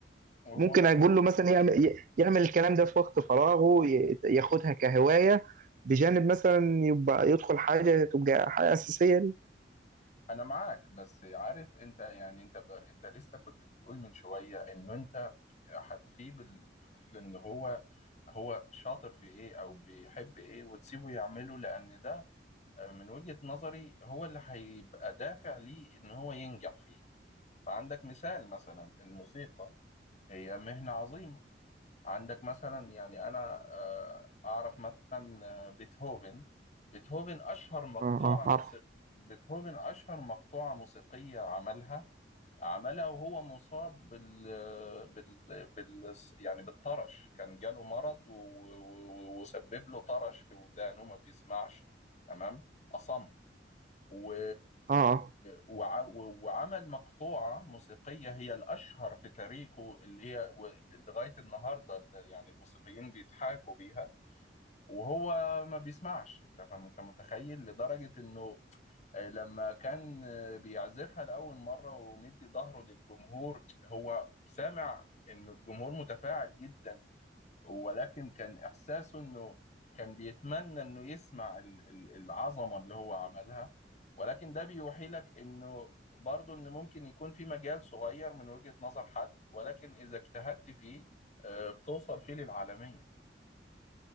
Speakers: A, on the left; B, on the right.
A: وهو
B: ممكن
A: ماشي
B: اقول له مثلا يعمل ي- يعمل الكلام ده في وقت فراغه ي- ياخدها كهوايه بجانب مثلا يبقى يدخل حاجه تبقى حاجه اساسيه
A: أنا معاك بس عارف أنت يعني أنت ب... أنت لسه كنت بتقول من شوية إنه أنت هتسيب الطفل ان هو هو شاطر في ايه او بيحب ايه وتسيبه يعمله لان ده من وجهة نظري هو اللي هيبقى دافع ليه ان هو ينجح فيه فعندك مثال مثلا الموسيقى هي مهنة عظيمة عندك مثلا يعني انا آه، اعرف مثلا آه، بيتهوفن بيتهوفن اشهر مقطوعة
B: اه اه عارف
A: موسيقى بيتهوفن اشهر مقطوعة موسيقية عملها عملها وهو مصاب بال... بال... بال يعني بالطرش كان جاله مرض و... و... وسبب له طرش في ودانه ما بيسمعش تمام أصم و...
B: اه
A: وع... وعمل مقطوعة موسيقية هي الأشهر في تاريخه اللي هي و- لغاية النهاردة إن يعني الموسيقيين بيضحكوا بيها وهو ما بيسمعش أنت فاهم أنت متخيل لدرجة إنه آه، لما كان آه، بيعزفها لأول مرة ومدي ظهره للجمهور هو سامع إنه الجمهور متفاعل جدا ولكن كان إحساسه إنه كان بيتمنى إنه يسمع ال- ال- العظمة اللي هو عملها ولكن ده بيوحي لك إنه برضه إن ممكن يكون في مجال صغير من وجهة نظر حد ولكن إذا اجتهدت فيه آه، بتوصل فيه للعالمية